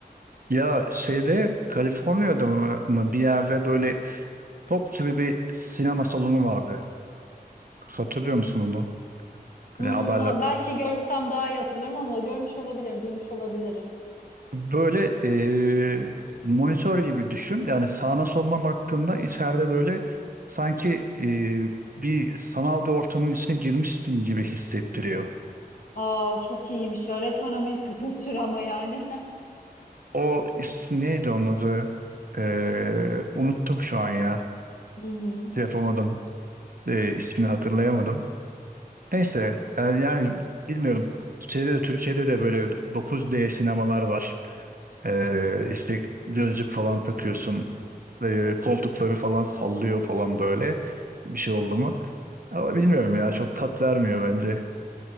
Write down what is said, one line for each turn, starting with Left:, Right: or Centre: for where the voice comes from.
Right: Ya şeyde Kaliforniya'da mı, mı bir yerde böyle top gibi bir sinema salonu vardı. Hatırlıyor musun onu? Böyle
Left: Hmm,
Right: haberler.
Left: ha- belki görsem daha iyi hatırlarım ama görmüş olabilirim, duymuş olabilirim.
Right: Böyle eee, monitör gibi düşün. Yani sağına soluna baktığında içeride böyle sanki eee, bir sanal bir ortamın içine girmişsin gibi hissettiriyor.
Left: Aa çok iyiymiş ya. Resmen Amerika <laughs> kültürü ama yani.
Right: O isim neydi onun adı? Eee, unuttum şu an ya.
Left: <laughs> Hı hı.
Right: Şey yapamadım. Eee, ismini hatırlayamadım. Neyse e, yani bilmiyorum. Şeyde de, Türkiye'de de böyle dokuz d sinemalar var. Ee, işte gözlük falan takıyorsun. Ee, koltukları falan sallıyor falan böyle bir şey oldu mu? Ama bilmiyorum ya çok tat vermiyor bence.